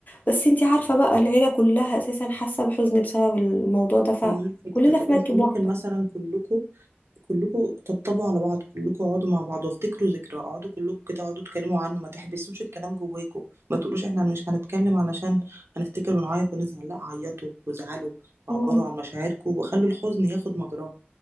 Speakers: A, on the left (about 45°); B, on the right (about 85°).
A: بس أنت عارفة بقى العيلة كلها أساسا حاسة بحزن بسبب الموضوع ده فكلنا
B: هي دي الفكره طب
A: في
B: انتوا
A: مركب
B: ممكن
A: واحدة
B: مثلا كلكم كلكم تطبطبوا على بعض كلكم اقعدوا مع بعض وافتكروا ذكرى اقعدوا كلكم كده اقعدوا اتكلموا عنه ما تحبسوش الكلام جواكم ما تقولوش احنا مش هنتكلم علشان هنفتكر ونعيط ونزعل لا عيطوا وازعلوا وعبروا
A: مم.
B: عن مشاعركم وخلوا الحزن ياخد مجراه